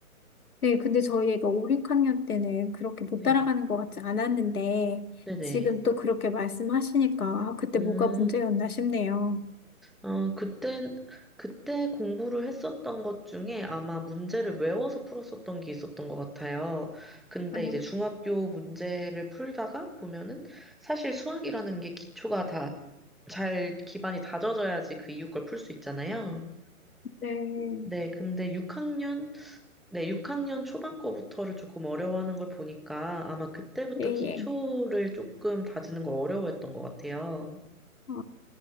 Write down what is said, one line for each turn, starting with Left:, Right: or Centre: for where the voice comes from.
Left: 네, 근데 저희 애가 5, 6학년 때는 그렇게 못
Centre: 네.
Left: 따라가는 것 같지 않았는데,
Centre: 네네.
Left: 지금 또 그렇게 말씀하시니까, 아, 그때
Centre: 음,
Left: 뭐가 문제였나 싶네요.
Centre: 어, 그때, 그때 공부를 했었던 것 중에 아마 문제를 외워서 풀었었던 게 있었던 것 같아요. 근데
Left: 아,
Centre: 이제 중학교 문제를 풀다가 보면은 사실 수학이라는 게 기초가 다 잘 기반이 다져져야지 그 이후 걸 풀 수 있잖아요.
Left: 네,
Centre: 네, 근데 6학년, 네, 6학년 초반 거부터를 조금 어려워하는 걸 보니까 아마 그때부터
Left: 예,
Centre: 기초를
Left: 예.
Centre: 조금 다지는 거 어려워했던 것 같아요.
Left: 어,